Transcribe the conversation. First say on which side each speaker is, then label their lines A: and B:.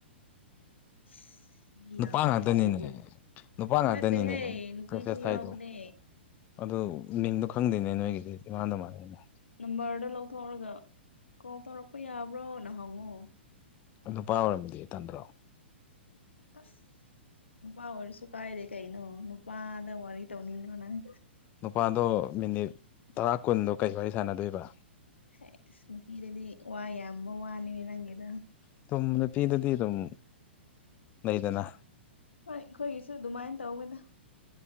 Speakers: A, on the left; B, on the left.
A: <unintelligible> ꯃꯤ
B: ꯅꯨꯄꯥ
A: ꯌꯥꯝ ꯂꯩꯔꯤꯁꯤꯕꯨ
B: ꯉꯥꯛꯇꯅꯤꯅꯦ ꯅꯨꯄꯥ ꯉꯥꯛꯇꯅꯤꯅꯦ
A: ꯅꯠꯇꯦꯍꯦ ꯅꯨꯄꯤꯁꯨ
B: ꯃꯦꯁꯦꯁ ꯊꯥꯏꯗꯣ
A: ꯌꯥꯎꯕꯅꯦ
B: ꯑꯗꯨ ꯃꯤꯡꯗꯣ ꯈꯪꯗꯦꯅꯦ ꯅꯣꯏꯒꯤꯗꯤ ꯏꯃꯥꯟꯗ ꯃꯥꯟꯅꯩꯅꯦ
A: ꯅꯝꯕꯔꯗ ꯂꯧꯊꯣꯛꯑꯒ ꯀꯣꯜ ꯇꯧꯔꯛꯄ ꯌꯥꯕ꯭ꯔꯣꯅ ꯍꯪꯉꯣ
B: ꯅꯨꯄꯥ ꯑꯣꯏꯔꯝꯝꯕꯗꯤ ꯏꯇꯟꯗ꯭ꯔꯣ
A: ꯑꯁ ꯅꯨꯄꯥ ꯑꯣꯏꯔꯁꯨ ꯀꯥꯏꯗꯦ ꯀꯩꯅꯣ ꯋꯥꯗ ꯋꯥꯔꯤ ꯇꯧꯅꯤꯡꯗ꯭ꯔꯣꯅꯪ
B: ꯅꯨꯄꯥꯗꯣ ꯃꯤꯅꯤꯠ ꯇꯔꯥ ꯀꯨꯟꯗꯣ ꯀꯩ ꯋꯥꯔꯤ ꯁꯥꯟꯅꯗꯣꯏꯕ
A: ꯑꯦ ꯏꯁ ꯅꯨꯄꯤꯗꯗꯤ ꯋꯥꯏ ꯌꯥꯕ ꯋꯥꯅꯤꯅꯦ ꯅꯪꯒꯤꯗꯣ
B: ꯑꯗꯨꯝ ꯅꯨꯄꯤꯗꯗꯤ ꯑꯗꯨꯝ ꯂꯩꯗꯅ
A: ꯍꯣꯏ ꯑꯩꯈꯣꯏꯒꯤꯁꯨ ꯑꯗꯨꯃꯥꯏꯅ ꯇꯧꯒꯦꯗ